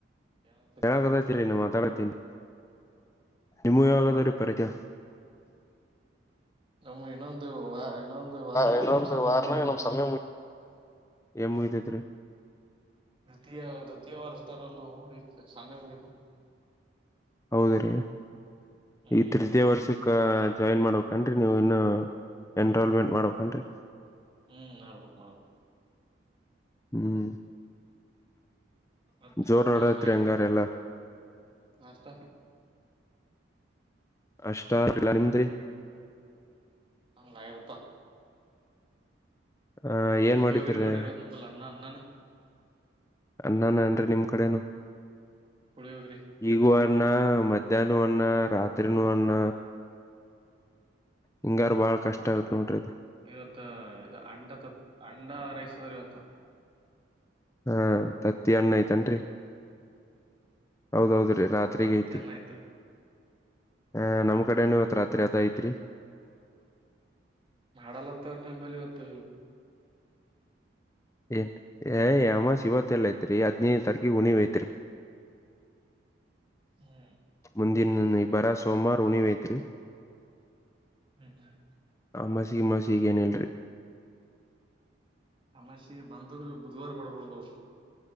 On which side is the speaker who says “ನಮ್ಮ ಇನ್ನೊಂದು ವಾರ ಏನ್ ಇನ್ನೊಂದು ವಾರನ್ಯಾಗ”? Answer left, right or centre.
Right